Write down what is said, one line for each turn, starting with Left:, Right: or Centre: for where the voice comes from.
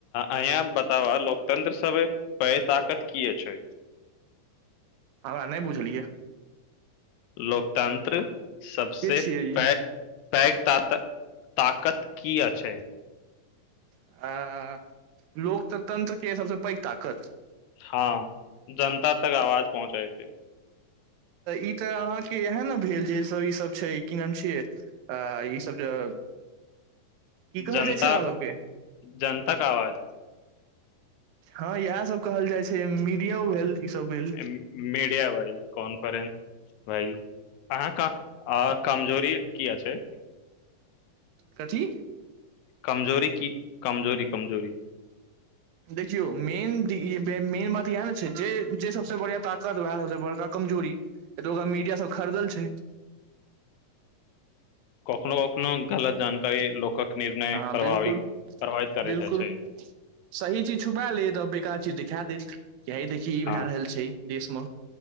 Left: अंया बताब लोकतंत्र सभे पैघ तागत किया छै
Right: हमरा नै बुझल या
Left: लोकतंत्र सबसे
Right: के छियै ई
Left: पैघ पैघ तात- तागत किया छै
Right: अ- अ-अ लोकतंत्र के सबसे पैघ तागत
Left: हाँ जनता तक आवाज पहुँचैतयै
Right: ई त अहाँ के ईहाए न भेल जे सभ ई सब छै की नाम छियै आ-हा ई सभ जे <inaudible> की कहल
Left: जनता
Right: जाइ छै ओकरा सबके
Left: जनताक आवाज
Right: हाँ ईहाए सभ कहल जाइ छै मीडियो भेल ई सब भेल
Left: मी-मीडिया भईल कॉन्फ्रेंस भईल अहाँ क कमजोरी किया छै
Right: कथी
Left: कमजोरी की कमजोरी कमजोरी
Right: देखियौ मेन ई मेन बात ईहाए न छै जे जे सबसे बढ़ियाँ तागत बड़का कमजोरी एतौका मीडिया सब खरदल छैय
Left: कखनो कखनो गलत जानकारी लोकक निर्णय
Right: हाँ
Left: प्रभावित
Right: बिल्कुल
Left: प्रभावित करैत
Right: बिल्कुल
Left: अछि
Right: सही चीज छुपाय लैत आ बेकार चीज देखादेत ऐं देखहीं इ भैए
Left: हँ
Right: रहल छैय देश मे